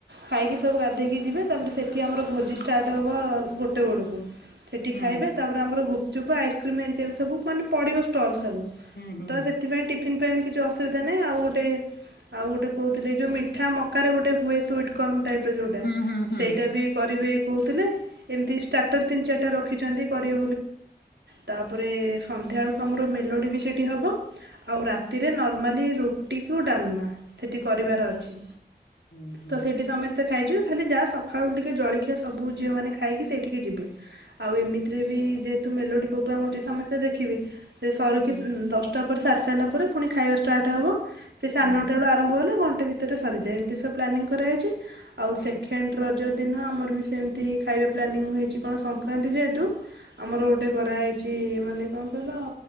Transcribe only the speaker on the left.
ହୁଁ
ହୁଁ ହୁଁ
ହୁଁ ହୁଁ ହୁଁ ହୁଁ
ହୁଁ ହୁଁ
ହୁଁ
ହୁଁ ହୁଁ
ହଁ